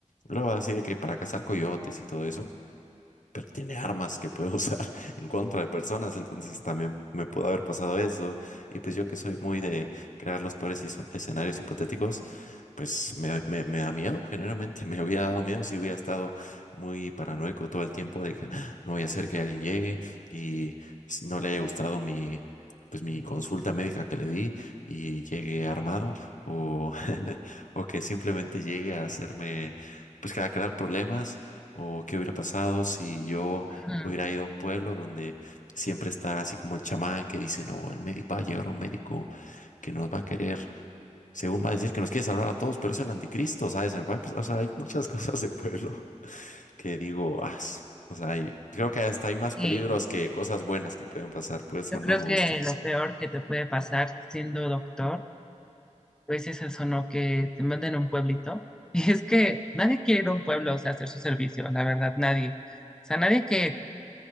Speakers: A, on the left (about 85°); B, in the centre.
A: luego así de que para cazar coyotes y todo eso pero tiene armas que puede usar <laughs> en contra de personas, entonces también me pudo haber pasado eso. Y pues yo que soy muy de crear los peores iso- escenarios hipotéticos, pues me, me, me da miedo, generalmente <laughs> me hubiera dado miedo si hubiera estado muy paranoico todo el tiempo de que "Ah, no voy a hacer que alguien llegue y s- no le haya gustado mi... pues mi consulta médica que le di y llegue armado o, <laughs> o que simplemente llegue a hacerme, pues que a crear problemas o qué hubiera pasado si yo
B: Ujú.
A: hubiera ido a un pueblo donde siempre está así como el chamán que dice, no, el médico va a llegar un médico que nos va a querer, según va a decir que nos quiere salvar a todos, pero es el anticristo, ¿sabes? Me va a empezar- O sea, hay muchas <laughs> cosas de pueblo <laughs> que digo, ah, su-". o sea, hay- creo que hasta hay más
B: Y
A: peligros que cosas buenas que pueden pasar, por eso
B: yo
A: no
B: creo
A: me
B: que
A: gustó.
B: lo peor que te puede pasar siendo doctor pues es eso, ¿no? Que te manden a un pueblito. <laughs> Y es que nadie quiere ir a un pueblo, o sea, a hacer su servicio, la verdad, nadie. O sea, nadie que,